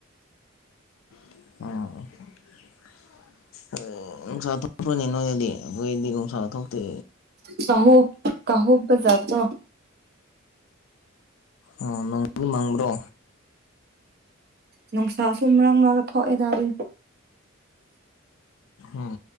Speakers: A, on the left; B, on the right.
A: <unintelligible> ꯈꯣꯏꯗꯤ ꯅꯨꯡꯁꯥ ꯊꯣꯛꯇꯦ
B: ꯆꯍꯨꯞ ꯀꯥꯍꯨꯞꯄ ꯖꯥꯠꯇꯣ
A: ꯑꯣ ꯅꯣꯡ ꯑꯗꯨꯝ ꯃꯡꯕ꯭ꯔꯣ
B: ꯅꯨꯡꯁꯥꯁꯨ ꯃꯔꯥꯡ ꯃꯔꯥꯡ ꯊꯣꯛꯑꯦꯗ ꯑꯗꯨꯝ
A: ꯎꯝ